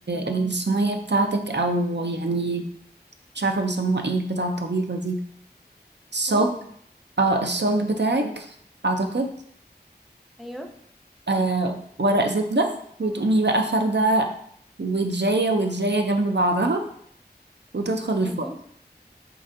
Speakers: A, on the right; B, in the centre.
A: الصينية بتاعتك أو يعني مش عارفة بيسموها ايه البتاعة الطويلة دي الصاج
B: صينية
A: اه الصاج بتاعك اعتقد
B: ايوه
A: آه ورق زبدة وتقومي بقى فردة ودجاية ودجاية جنب بعضها وتدخل
B: مهم.
A: الفرن